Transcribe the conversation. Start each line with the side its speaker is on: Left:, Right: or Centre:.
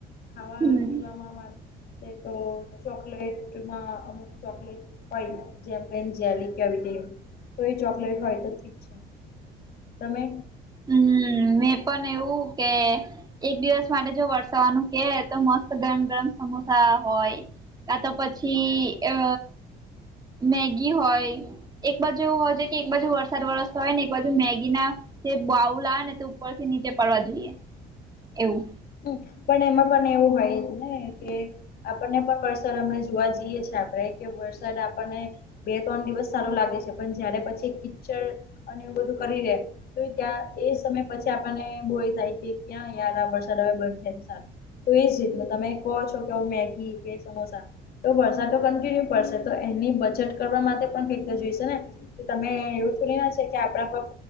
Left: ખાવા
Right: હમ
Left: પીવાવામાંરે. તે તો ચોકલેટમાં અમુક ચોકલેટ. હોય જેમ જેલી કે આવી તો એ ચોકલેટ હોય તો ઠીક છે. તમે.
Right: હમ મેં પણ એવું કે. એક દિવસ માટે જો વરસાવાનું કે તો મસ્ત ગરમ ગરમ. સમોસા હોય કા તો પછી અ. મેગી હોય એક બાજુ એવું હોય જો કે એક બાજુ વરસાદ વરસતો હોય ને એક બાજુ મેગી ના. તે બાઉલા આવે ને તે ઉપરથી નીચે પડવા જોઈએ એવું.
Left: હમ પણ એમાં પણ એવું હોય જ ને કે. આપણને પણ વરસાદ અમને જોવા જઈએ છે આપણે કે વરસાદ આપણને. બે ત્રણ દિવસ સારો લાગે છે પણ જયારે પછી કીચડ અને એવું બધું કરી રે, તો ત્યાં એ સમય પછી આપણને બોય થાય કે ક્યાં યાર આ વ સારું, તો એજ રીતનું તમે કહો છો કે મેગી કે સમોસા. તો વરસાદ કન્ટિન્યુ પડશે તો એની બચત કરવા માટે પણ કઈક જોઈશે ને. કે તમે એવું છોલી ના છે કે આપડા પપ્પ